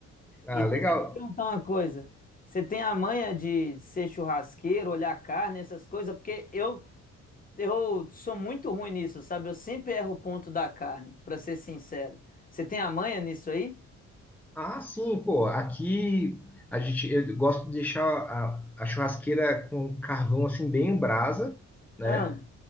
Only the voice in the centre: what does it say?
Ah,
legal.
Ah, sim, pô, aqui a gente, eu gosto de deixar a, a churrasqueira com carvão, assim, bem em brasa, né?